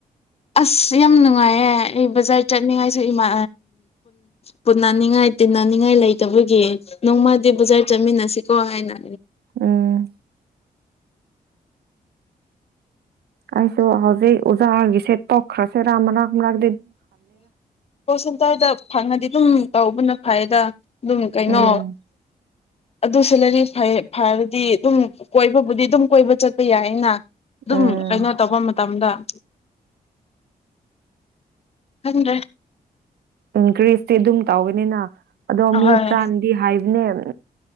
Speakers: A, on the left; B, on the right.
A: ꯑꯁ ꯌꯥꯝ ꯅꯨꯡꯉꯥꯏꯌꯦꯦ ꯑꯩ ꯕꯖꯥꯔ ꯆꯠꯅꯤꯡꯉꯥꯏꯁꯨꯃꯥ ꯄꯨꯟꯅꯅꯤꯡꯉꯥꯏ ꯇꯤꯟꯅꯅꯤꯡꯉꯥꯏ ꯂꯩꯇꯕꯒꯤ ꯅꯣꯡꯃꯗꯤ ꯕꯖꯥꯔ ꯆꯠꯃꯤꯟꯅꯁꯤ ꯀꯍꯦꯅ
B: ꯎꯝ ꯑꯩꯁꯨꯣ ꯍꯧꯖꯤꯦ ꯑꯣꯖꯥꯔꯒꯁꯦ ꯇꯈ꯭ꯔꯥꯁꯦ ꯔꯝ ꯔꯥꯝ ꯔ
A: ꯁꯇꯗ ꯐꯪꯗꯤ ꯑꯗꯨꯝ ꯇꯧꯕꯅ ꯐꯗ ꯑꯗꯨꯝ ꯀꯩꯅꯣ
B: ꯎꯝ
A: ꯑꯗꯨꯁꯨꯂꯔꯤ ꯐꯕꯗꯤ ꯑꯗꯨꯝ ꯀꯣꯏꯕꯕꯨꯗꯤ ꯑꯗꯨꯝ ꯀꯣꯏꯕ ꯆꯠꯄ ꯌꯥꯏꯩꯅ ꯑꯗꯨꯝ
B: ꯎꯝ
A: ꯀꯩꯅꯣ ꯇꯧꯕ ꯃꯇꯝꯗ ꯍ ꯊꯗ꯭ꯔꯔꯤ
B: ꯎꯝ ꯀ꯭ꯔꯤꯁꯇꯤ ꯑꯗꯨꯝ ꯇꯧꯒ ꯑꯅꯤꯅ ꯑꯗꯣ
A: ꯑꯍꯣꯏ
B: ꯃꯤ ꯈꯔꯗꯤ ꯍꯥꯏꯕꯅꯦꯕ